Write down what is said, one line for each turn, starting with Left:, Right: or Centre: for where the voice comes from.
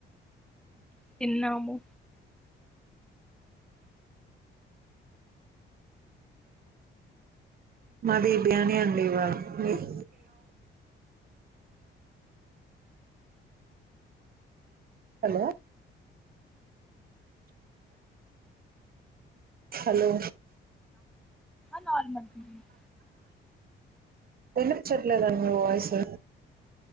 Centre: తిన్నాము
Right: మాది బిర్యానీ అండి ఇవాళ మీది హలో హలో
Centre: నార్మల్ <inaudible>
Right: వినిపిచెట్లేదండి మీ వాయిసు